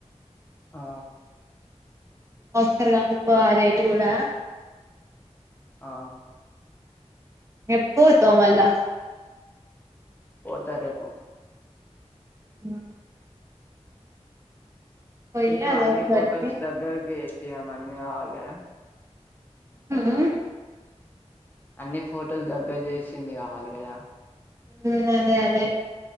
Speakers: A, on the left (about 15°); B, on the right (about 25°).
A: ఆ
B: ఒకసారిగనుకో ఆ రేటు కూడా
A: ఆ
B: ఎప్పుడు పోతావు మల్లా
A: పోతా రేపు.
B: అ <inaudible> పోయి
A: ఇంకా
B: అదొకటి
A: అన్ని ఫొటోస్ దగ్గరకి చేసిందేమన్నా కావాల గదా
B: మ్
A: అన్ని ఫొటోస్ దగ్గర చేసింది కావాలి కదా.
B: ఉ అదే అదే